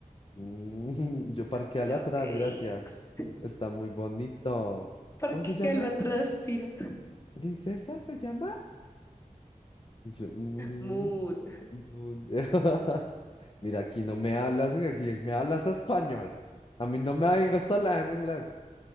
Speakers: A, on the left (about 40°); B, on the left (about 20°).
A: "Mm, <laughs> yo parquealo
B: Hola,
A: atrás,
B: Félix.
A: gracias. Está muy bonito.
B: ¿Por
A: ¿Cómo se
B: qué
A: llama?
B: lo atrás tira?
A: ¿Princesa se llama? Y yo, "Ujú".
B: Moon.
A: <laughs> Mira, aquí no me hablas, aquí me hablas español. A mí no me vengas a hablar en inglés.